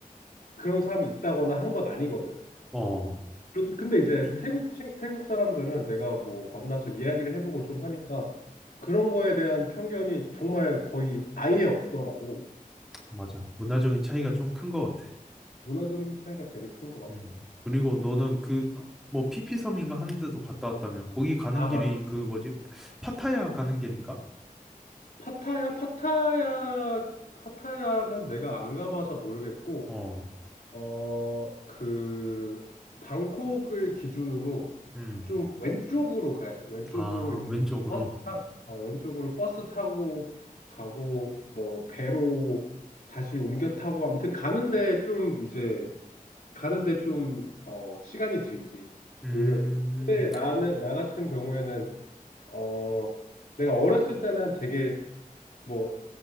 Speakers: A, on the left; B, in the centre.
A: 그런 사람이 있다거나 한 건 아니거든.
B: 어,
A: 그런- 근데 이제
B: <clears throat>
A: 태국 친- 태국 사람들은 내가 뭐 만나서 이야기를 해보고 좀 하니까 그런 거에 대한 편견이 정말 거의 아예 없더라고.
B: 맞아. 문화적인 차이가 좀 큰 것 같아.
A: 문화적인 차이가 되게 큰 것
B: 음.
A: 같아.
B: 그리고 너는 그 어, 뭐 피피섬인가 하는 데도 갔다 왔다며. 거기 가는
A: 아,
B: 길이
A: 맞아.
B: 그 뭐지? 파타야 가는 길인가?
A: 파타야, 파타야, 파타야는 내가 안 가봐서 모르겠고.
B: 어.
A: 어, 그, 방콕을 기준으로
B: 음.
A: 좀 왼쪽으로 가야 돼. 왼쪽으로
B: 아,
A: 이제
B: 왼쪽으로.
A: 버스 타, 어, 왼쪽으로 버스 타고 가고, 뭐, 배로 다시 옮겨 타고, 아무튼 가는데 좀 이제, 가는데 좀, 어, 시간이 들지.
B: 음.
A: 노력이. 근데 나는, 나 같은 경우에는, 어, 내가 어렸을 때는 되게 뭐,